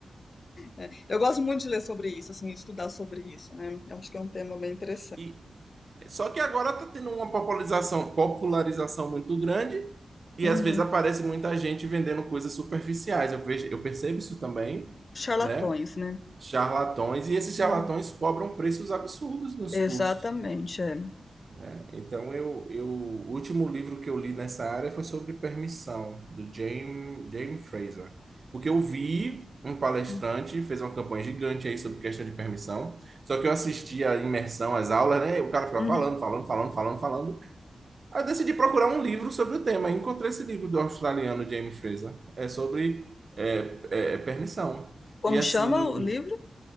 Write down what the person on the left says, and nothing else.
É, eu gosto muito de ler sobre isso, assim, estudar sobre isso, né? Eu acho que é um tema bem interessante.
Uhum.
Charlatões,
né?
Uhum.
Exatamente,
é.
Hum,
uhum.
Como
chama o livro?